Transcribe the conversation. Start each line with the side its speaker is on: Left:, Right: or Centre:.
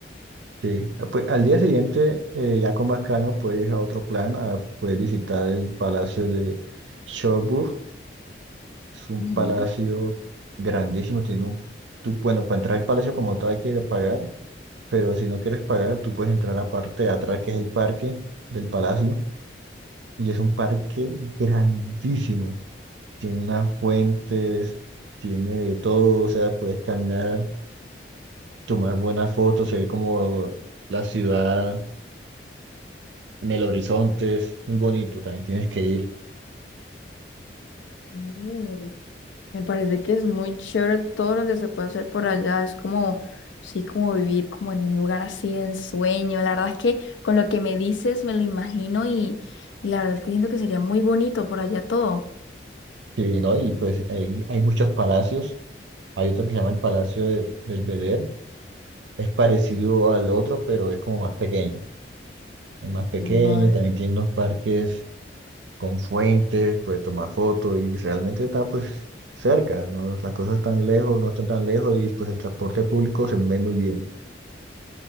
Right: Sí, ah, pues al día siguiente, eh, ya con más calma, puedes ir a otro plan, a poder visitar el Palacio de Schönburg. Es un
Left: Ujú.
Right: palacio grandísimo, tiene un... Tú, bueno, para entrar al palacio como tal hay que pagar, pero si no quieres pagar, tú puedes entrar a la parte de atrás, que es el parque del palacio, y es un parque grandísimo. Tiene unas fuentes, tiene de todo, o sea, puedes caminar, tomar buenas fotos, se ve como la ciudad en el horizonte, es muy bonito, también tienes que ir.
Left: Mm. Me parece que es muy chévere todo lo que se puede hacer por allá. Es como, sí, como vivir como en un lugar así de ensueño. La verdad es que con lo que me dices me lo imagino y, y la verdad es que siento que sería muy bonito por allá todo.
Right: Sí, ¿no? Y pues hay, hay muchos palacios. Hay otro que se llama el Palacio de Belvedere. Es parecido al otro, pero es como más pequeño. Es más pequeño,
Left: Vale.
Right: también tiene unos parques con fuentes, puedes tomar fotos y realmente está pues cerca, ¿no? Las cosas están lejos, no están tan lejos y pues el transporte público se mueve muy bien.